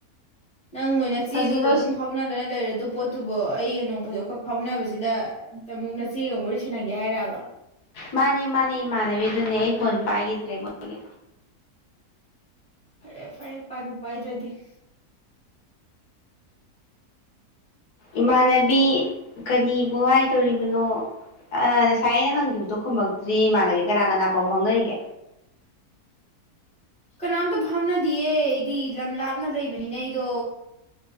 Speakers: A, in the centre; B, on the left (about 80°).
A: ꯅꯪꯕꯨ ꯅꯠꯆꯦꯗꯨꯕꯨ
B: ꯍꯧꯖꯤꯛ ꯂꯣꯏ
A: ꯑꯗꯨꯝ ꯐꯥꯎꯅꯗꯅ ꯂꯩꯔ ꯗꯨ ꯄꯣꯠꯇꯨꯕꯣ ꯑꯩꯒ ꯅꯣꯡꯄꯗꯣ ꯈꯛ ꯐꯥꯎꯅꯕꯖꯤꯗ ꯇ ꯑꯃꯨꯛ ꯅꯆꯦꯒ ꯑꯃꯨꯛ ꯋꯥꯔꯤ ꯁꯥꯟꯅꯒꯦ ꯍꯥꯏꯔꯛꯕ
B: ꯃꯥꯅꯦ ꯃꯥꯅꯦ ꯏꯃꯟꯅꯕꯤ ꯑꯗꯨꯅꯦ ꯐꯣꯟ ꯄꯥꯏꯒꯤꯗ꯭ꯔꯦ ꯃꯥꯒꯤ
A: ꯐꯔꯦ ꯐꯔꯦ ꯄꯥꯏꯕꯨ ꯄꯥꯏꯗ꯭ꯔꯗꯤ <inaudible>
B: ꯏꯃꯥꯟꯅꯕꯤ ꯀꯔꯤꯕꯨ ꯍꯥꯏꯗꯣꯔꯤꯕꯅꯣ ꯑ ꯉꯁꯥꯏ ꯑꯩꯅ ꯍꯪꯈꯤꯕꯗꯣ ꯈꯨꯝꯃꯛꯇ꯭ꯔꯤ ꯏꯃꯥꯟꯅꯕꯤ ꯀꯅꯥ ꯀꯅꯥ ꯐꯥꯎ ꯐꯥꯎꯅꯔꯤꯒꯦ
A: ꯀꯅꯥꯝꯇ ꯐꯥꯎꯅꯗꯤꯌꯦ ꯑꯩꯗꯤ ꯂꯝ ꯂꯥꯞꯅ ꯂꯩꯕꯅꯤꯅ ꯑꯩꯗꯣ